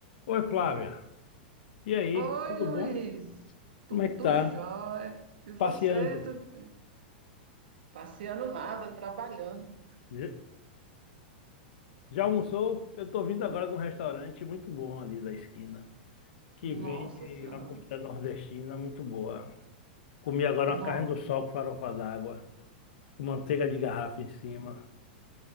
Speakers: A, on the left; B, on the right.
A: Oi, Flávia. E aí?
B: Oi,
A: Tudo
B: Luiz.
A: bom?
B: Tudo
A: Como é que tá?
B: jóia. E você,
A: Passeando.
B: tudo bem? Passeando nada, trabalhando.
A: Já já almoçou? Eu tô vindo agora de um restaurante muito bom ali da esquina, que
B: Nossa
A: vende
B: Senhora.
A: uma comida nordestina muito boa. Comi agora
B: Não.
A: uma carne do sol com farofa d'água, com manteiga de garrafa em cima.